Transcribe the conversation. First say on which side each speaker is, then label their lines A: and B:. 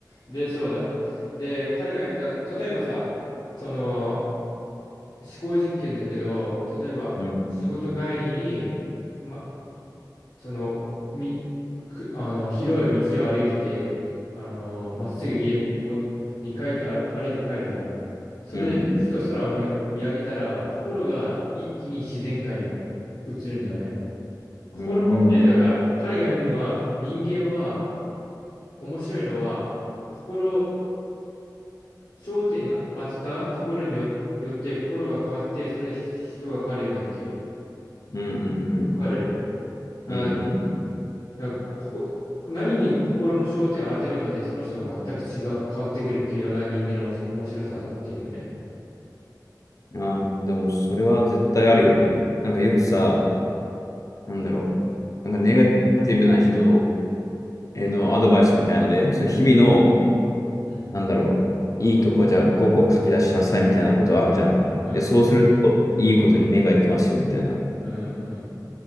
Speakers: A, on the left (about 85°); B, on the left (about 50°).
A: で、そうだね。で、彼が言った、例えばさ、その、思考実験だけど、例えば仕事帰りに、
B: うん
A: ま、その、み、く、あの、広い道を歩いてて、あのーまっすぐ家もに帰ってあ歩いて帰るじゃん。それで、
B: うんうん。
A: ふと空を見、見上げたら、心が一気に自然界に移るんだよね。心で、
B: うん
A: だから、彼が言うのは、人間は面白いのは、心、焦点に当てたところによ、よって心が変わって、それで人が変わるよねっていう。
B: うんうん
A: わかるあ。
B: うん。うん
A: だからここ、何に心の焦点を当てるかで、その人が全く違う、変わってくるっていうのが人間のおもし面白さっていうのね。
B: うん。ああ、でもそれは絶対あるよね。なんかよくさ、
A: うん
B: なんだろう。なんかネガティブな人の、えーのアドバイスみたいので、そう日々の、
A: うん
B: なんだろう、いいとこじゃあ5個書き出しなさいみたいなことあんじゃん。
A: うんうん
B: で、そうするといいことに目が行きますよみたいな。
A: うんうん。